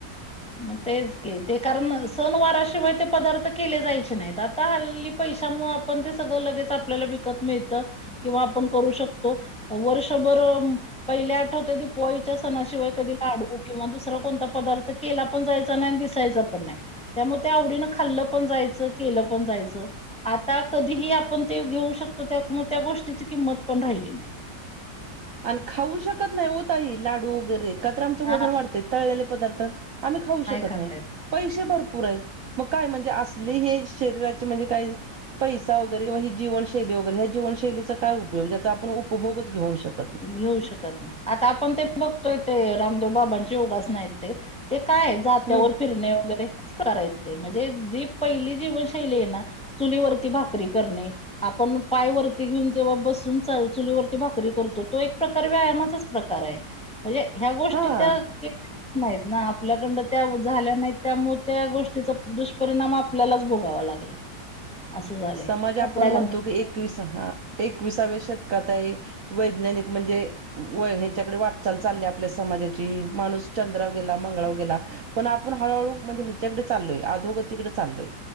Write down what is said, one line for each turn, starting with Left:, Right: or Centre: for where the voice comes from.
Centre: मग तेच की ते कारण सण वाराशिवाय ते पदार्थ केले जायचे नाहीत, आता हल्ली पैशा आपण ते सगळं लगेच आपल्याला विकत मिळतं, किंवा आपण करू शकतो, वर्षभर. पहिल्या आठवतय, ती दिपवाळीच्या सणाशिवाय कधी लाडू किंवा दुसरा कोणता पदार्थ तर केला पण जायचा नाही आणि दिसायच पण नाही. त्यामुळ ते आवडीनं खाल्लं पण जायचं केलं पण जायचं. आता कधीही आपण ते घेऊ शकतो त्यामूळ त्या गोष्टीची किंमत पण राहिली नाही.
Right: आणि खाऊ शकत नाही होत वो ताई लाडू. वगैरे का आमचं वजन
Centre: हा
Right: वाढतय तळलेले पदार्थ, आम्ही खाऊ शकत
Centre: खाता
Right: नाही.
Centre: येत
Right: पैसे भरपूर आहेत, मग काय म्हणजे असली हे शरीराचे म्हणजे काय पैसा वगैरे ही जीवनशैली वगैर, ह्या जीवनशैलीचा काय उपयोग ज्याचा आपण उपभोगच घेऊन शकतो.
Centre: घेऊ शकत नाही. आता आपण ते बघतोय ते, रामदेव बाबांची योगासन आहेत ते, ते काय आहेत. जात्यावर
Right: हम्म
Centre: फिरणे वगैरे हे करायचे, म्हणजे जी पहिली जीवनशैली आहे ना. चुलीवरती भाकरी करणे. आपण पायवरती घेऊन जेव्हा बसून चुलीवरती भाकरी करतो. तो एक प्रकार व्यायामाचाच प्रकार हाय. म्हणजे ह्या गोष्टी
Right: हा
Centre: त्या नाहीत ना आपल्याकडंन त्या झाल्या नाहीत त्यामुळ त्या गोष्टीचा दुष्परिणाम आप आपल्यालाच भोगावा लागलाय. असं झालंय
Right: समाज
Centre: कपड्याला
Right: आपण म्हणतो की एकवीस हा, एकविसाव्या शतकात आहे. वैज्ञानिक म्हणजे व, ह्याच्याकडे वाटचाल चालली आपल्या समाजाची, माणूस चंद्राव गेला मंगळाव गेला. पण आपण हळूहळू म्हणजे ह्याच्याकडे चालोय आधोगतीकडे चालोय.